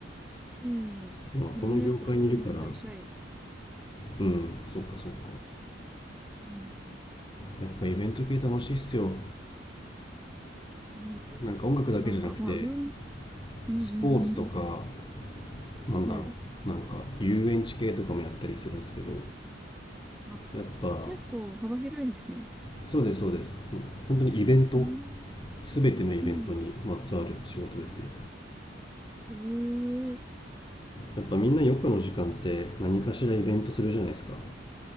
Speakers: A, in the centre; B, on the left.
A: うん。
B: まあ、この業界にいるから
A: みんなやっぱ普通の会社員。
B: うんそっかそっか
A: うん。
B: やっぱイベント系楽しいっすよ
A: うんね
B: なんか音楽だけじゃなくて
A: なんか、まあ、うん、うん、
B: スポーツとか
A: うん、
B: なんだろうなんか遊園地系とかもやったりするんですけど
A: うん。はい。あ、
B: やっぱ
A: 結構幅広いんですね。
B: そうですそうです本当にイベント
A: うん、
B: 全てのイベントにまつわる仕事ですね
A: うん。へえ、
B: やっぱみんな余暇の時間って何かしらイベントするじゃないですか